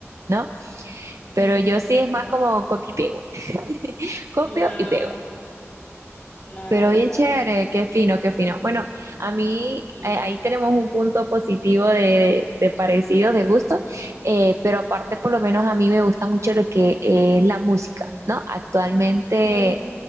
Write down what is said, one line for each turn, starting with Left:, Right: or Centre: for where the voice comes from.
Right: ¿no?
Left: Ujú.
Right: Pero yo sí es más como copio y pego. <laughs> Copio
Left: Claro,
Right: y pego.
Left: claro,
Right: Pero bien
Left: claro.
Right: chévere, qué fino, qué fino. Bueno, a mí
Left: Sí.
Right: eh, ahí tenemos un punto positivo de, de parecido, de gusto, eh,
Left: Ujú.
Right: pero aparte por lo menos a mí me gusta mucho lo que es la música, ¿no? Actualmente,
Left: Ah, Súper.